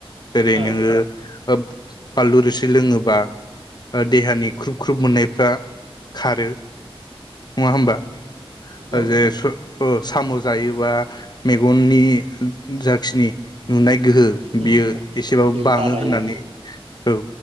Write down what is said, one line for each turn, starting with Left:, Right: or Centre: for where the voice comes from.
Left: जेरै
Right: औ
Left: नोङो बानलु रोसि लोङोबा ओ देहानि ख्रुब ख्रुब मोननायफ्रा खारो। नङा होमबा
Right: औ
Left: ओ जे सो ओ सामु जायोबा मेगननि जाखिनि नुनाय गोहो
Right: उम
Left: बियो एसेबाबो
Right: बे
Left: बाङो
Right: बारायो
Left: होननानै। औ